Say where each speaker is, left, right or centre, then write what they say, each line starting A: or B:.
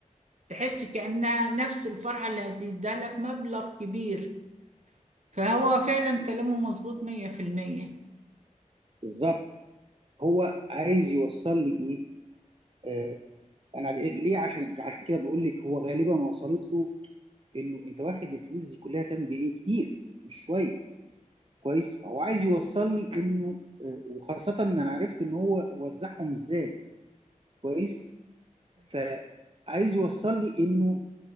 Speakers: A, on the right; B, on the right.
A: تحس كأنها نفس الفرحة اللي هتديها لك مبلغ كبير فهو فعلا كلامه مظبوط مية في المية
B: بالظبط هو عايز يوصل لي ايه آه، انا ليه عشان عشان كده بقول لك هو غالبا وصلت له انه انت واخد الفلوس دي كلها تعمل بيها ايه كتير مش شويه كويس فهو عايز يوصل لي انه آه، وخاصه ان انا عرفت ان هو وزعهم ازاي كويس فعايز يوصل لي انه